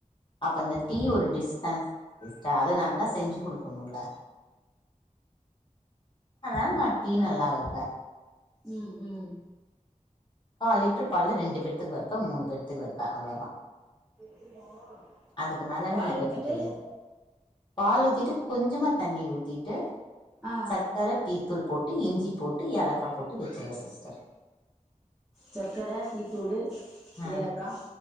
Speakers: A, on the left (about 35°); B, in the centre.
A: அப்ப இந்த டீ ஒரு டிஸ் தான சிஸ்டர் அது நல்லா செஞ்சி குடுக்கணு இல்ல அனால நா டீ நல்லா வெப்பே.
B: ம் ம்.
A: கால் லிட்டரு பால்ல ரெண்டு பேத்துக்கு வைப்ப மூணு பேத்துக்கு வைப்ப அவ்ளோதா.
B: <unintelligible>
A: அதுக்கு மேலனனக்
B: பால்
A: வைக்க
B: ஊத்திட்டு
A: தெரியாது பால் ஊத்திட்டு கொஞ்சமா தண்ணி ஊத்திட்டு
B: ஆ
A: சக்கர டீ. த்தூள் போட்டு இஞ்சி போட்டு ஏலக்க போட்டு வச்சிருவே சிஸ்டர்.
B: சர்க்கர டீத்தூளு.
A: ஆ
B: ஏலக்கா